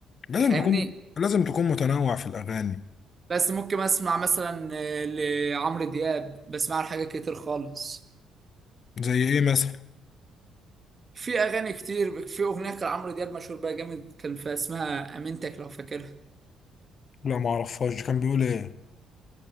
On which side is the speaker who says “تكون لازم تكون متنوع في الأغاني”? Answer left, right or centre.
Left